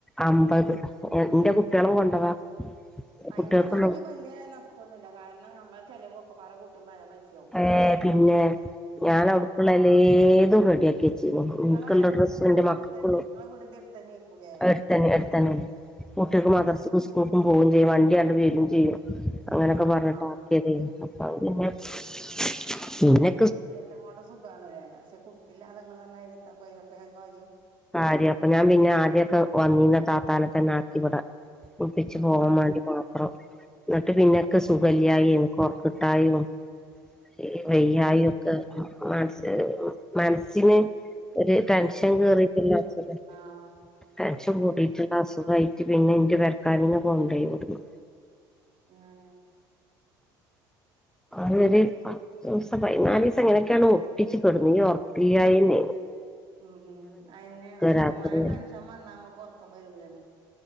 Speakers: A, in the centre; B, on the right.
A: അമ്പത് ഇന്റെ കുട്ട്യേളും കൊണ്ടവാ
B: അയിമ്പതാണെങ്കിൽ
A: കുട്ടികൾക്കുള്ള
B: വല്ല്യനഷ്ട്ടൊന്നില്ല കാരണം നമ്മളെ ചെലവൊക്കപ്പാടെ കൂട്ടുമ്പേ നല്ലപൈസ
A: ഏ പിന്നെ ഞാന്
B: ആഹ്
A: അവ്ട്ക്ള്ളഎലെതും റെഡിയാക്കിയച്ചിന്നു.
B: ഇങ്ങളെ
A: ഇന്ക്കുള്ള ഡ്രസ്സും
B: ഇങ്ങളെ
A: ഇന്റെ
B: വീട്ട്ത്തെ
A: മക്കക്കുള്ളേം
B: ഇങ്ങളെ വീടിന്റെ അടുത്തന്നെ ആയിക്കൂലേ
A: എടുത്തെന്നെ എടുത്തന്നെ കുട്ട്യേക്ക്
B: ആഹ്
A: മദ്ർസുക്കും സ്കൂ സ്‌കുക്കും പോവുംചെയ്യും, വണ്ടി അണ്ട് വരും ചെയ്യും, അങ്ങനെയൊക്കെ
B: ആഹ്
A: പറഞ്ഞിട്ടാക്കിയതേനും
B: ആഹ്
A: അപ്പപ്പിന്നെ <inaudible> പിന്നെ
B: എല്ലങ്ങോണ്ടും സുഖാണ്ലെ പക്ഷെ കുട്ടില്ലാതേ ഇങ്ങള്റഞ്ഞയിരി എത്താപ്പെ അയിലൊക്കെ കാര്യം
A: കാര്യം അപ്പൊ ഞാൻ പിന്നെ ആദ്യഒക്കെ വന്നീന്ന ത്താത്താന തന്നെ ആക്കി ഇവടെ കുൾപ്പിച്ച്
B: ആഹ്
A: പോവാൻ മാണ്ടി മാത്രം എന്നിട്ട് പിന്നെ ഇക്ക് സുഖല്യായിം ഇക്ക് ഒറക്ക് കിട്ടായിം ഈ വയ്യായിം
B: ഉം
A: ഒക്കെ മൻസ്സ് മനസ്സിന് ഒരു ടെൻഷൻ കേറിട്ടില്ലച്ചത്
B: ആഹ്
A: ടെൻഷൻ കൂടീട്ട്ള്ള അസുഖായിട്ട് പിന്നെ ഇന്റെ പെരക്കാരെന്നെ കൊണ്ടോയി വിട്ന്ന്
B: ആഹ്
A: അതൊരൂ പത്തോസം പതിനാലിസം എങ്ങനെയൊക്കെണൊ ഒപ്പിച്ച് കെട്ന്നിനു ഒറക്കീല്യായിനെനു
B: ഉം ഉം അയനെ കണ്ടമാനം
A: രാത്രി
B: ടെൻഷൻ വന്നാ നമ്മ്ക്ക് ഉറക്കം വരൂലല്ലോ?